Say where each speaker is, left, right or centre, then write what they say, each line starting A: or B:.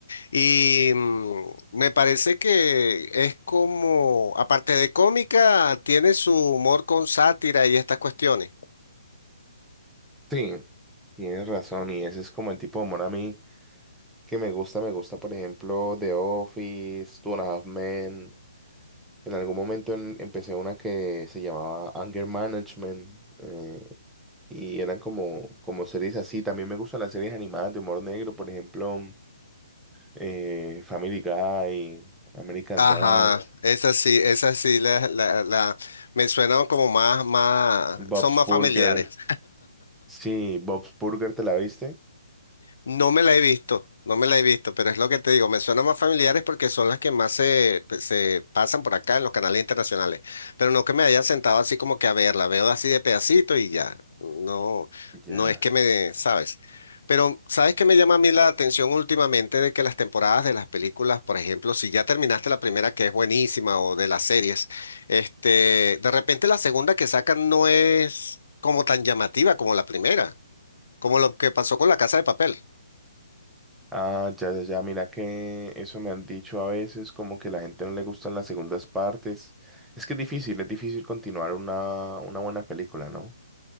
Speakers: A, on the left (about 65°); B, in the centre.
A: Y mm, me parece que es como, aparte de cómica, tiene su humor con sátira y estas cuestiones.
B: Sí, tienes razón, y ese es como el tipo de humor a mí que me gusta, me gusta, por ejemplo, The Office, Two and a Half Men. En algún momento en- empecé una que se llamaba Anger Management, eh, y eran como, como series así. También me gustan las series animadas de humor negro, por ejemplo, eh, Family Guy, American
A: Ajá,
B: Dad,
A: esas sí, esas sí, la, la, la- me suenan como más, más,
B: Bob's
A: son más
B: Burger.
A: familiares.
B: Sí, Bob's Burger, ¿te la viste?
A: No me la he visto, no me la he visto, pero es lo que te digo, me suenan más familiares porque son las que más se, pues, se pasan por acá en los canales internacionales, pero no que me haya sentado así como que a verla, veo así de pedacito y ya, no,
B: Ya.
A: no es que me, ¿sabes? Pero, ¿sabes qué me llama a mí la atención últimamente de que las temporadas de las películas, por ejemplo, si ya terminaste la primera que es buenísima o de las series, este, de repente la segunda que sacan no es como tan llamativa como la primera, como lo que pasó con La Casa de Papel.
B: Ah, ya, ya, ya, mira que eso me han dicho a veces, como que la gente no le gustan las segundas partes. Es que es difícil, es difícil continuar una, una buena película, ¿no?